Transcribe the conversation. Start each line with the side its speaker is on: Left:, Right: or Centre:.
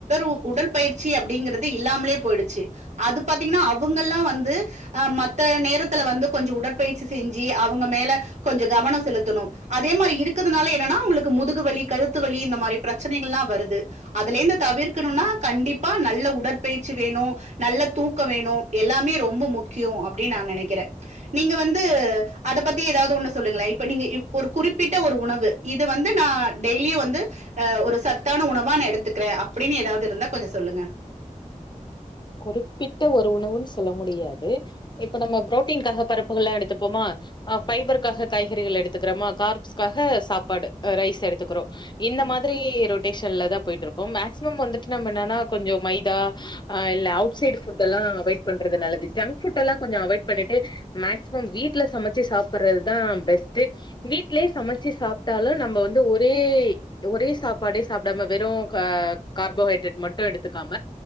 Right: உ உட பயிற்சி அப்படிகிறது இல்லாமலே போயிடுச்சு அது பார்த்திகானா அவங்கல்லாம் வந்து அஹ் மத நேரத்துல வந்து கொஞ்சம் உடற்பயிற்சி செஞ்சு அவங்க மேல கொஞ்சம் கவனம் செலுத்தணும் அதே மாரி இருக்கிறதுனால என்னன்னா அவங்களுக்கு முதுகு வலி கழுத்து வலி இந்த மாரி பிரச்சனைகள்ல்லாம் வருது அதுல இருந்து தவிர்க்கணும்னா கண்டிப்பா நல்ல உடற்பயிற்சி வேணும் நல்ல தூக்கம் வேணும் எல்லாமே ரொம்ப முக்கியம் அப்படின்னு நான் நினைக்கிறேன் நீங்க வந்து அத பத்தி ஏதாவது ஒண்ணு சொல்லுங்களேன் இப்ப நீங்க ஒரு குறிப்பிட்ட ஒரு உணவு இது வந்து நான் டெய்லியும் வந்து அஹ் ஒரு சத்தான உணவா நான் எடுத்துக்கிறேன் அப்படின்னு ஏதாவது இருந்தா கொஞ்சம் சொல்லுங்க
Left: குறிப்பிட்ட ஒரு உணவுன்னு சொல்ல முடியாது இப்ப நம்ம ப்ரோட்டீன்காக பருப்புகள் எல்லாம் எடுத்துப்போமா அஹ் ப்பைபர்கக்காக காய்கறிகள் எடுத்துக்கிறோமா கார்பஸ்காக சாப்பாடு ரைஸ் எடுத்துக்கிறோம் இந்த
Right: ம்.
Left: மாதிரி ரொட் மேஷன்ல தான் போயிட்டு இருக்கோம் மேக்சிமம் வந்துட்டு நம்ம என்னன்னா கொஞ்சம் மைதா ஆஹ் இல்ல அவுட்சைட் ஃபுட் எல்லாம் அவாய்ட் பண்றது நல்லது ஜங்க் ஃபுட் எல்லாம் கொஞ்சம் அவாய்ட் பண்ணிட்டு மேக்சிமம் வீட்டுல சமைச்சு சாப்பிடுறதுதான் பெஸ்ட் வீட்லேயே சமைச்சு சாப்பிட்டாலும் நம்ம வந்து ஒரே ஒரே சாப்பாடே சாப்பிடாம வெறும் கார்போஹைட்ரேட் மட்டும் எடுத்துக்காம